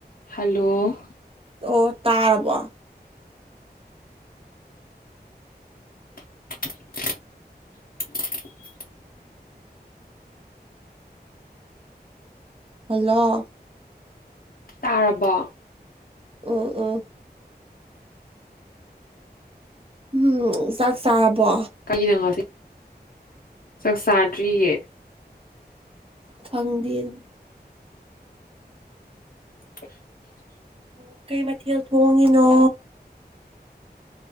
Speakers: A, on the left; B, on the right.
A: Hello
B: ꯑꯣ ꯇꯥꯔꯕꯣ
A: <unintelligible>
B: hello
A: ꯇꯥꯔꯕꯣ
B: ꯑꯣ ꯑꯣ ꯎꯝ ꯆꯥꯛ ꯆꯥꯕꯣ
A: ꯀꯩꯅꯉꯁꯤ ꯆꯥꯛ ꯆꯥꯗ꯭ꯔꯤꯌꯦ
B: ꯈꯪꯗꯦꯅꯦ
A: <inaudible>
B: ꯑꯣ ꯀꯩ ꯃꯊꯦꯜ ꯊꯣꯡꯉꯤꯅꯣ